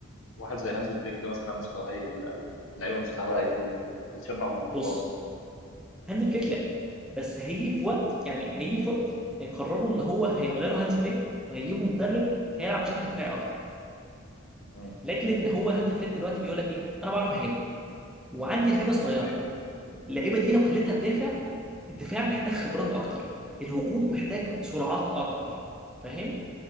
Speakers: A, on the left; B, in the centre.
A: واحد زي هانز فليك ده مثلا مستواه هيقل او لعيبه مستواها هيقل تتشبع بالبطولات
B: بص هانز فليك لا بس هيجي في وقت يعني هيجي في وقت هيقرروا ان هو هيغيروا هانز فليك وهيجيبوا مدرب هيلعب بشكل دفاعي اكتر
A: امم
B: لاجل ان هو هانز فليك دلوقتي بيقول لك ايه انا بعرف اهاجم وعندي لعيبه
A: حرفيا
B: صغيره اللعيبه
A: امم
B: دي لو خليتها تدافع الدفاع محتاج خبرات اكتر الهجوم محتاج
A: بالظبط
B: سرعات اكتر فاهم